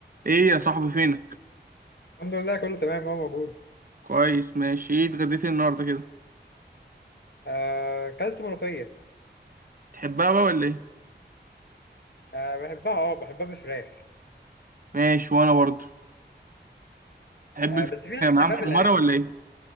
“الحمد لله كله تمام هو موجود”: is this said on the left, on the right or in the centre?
Left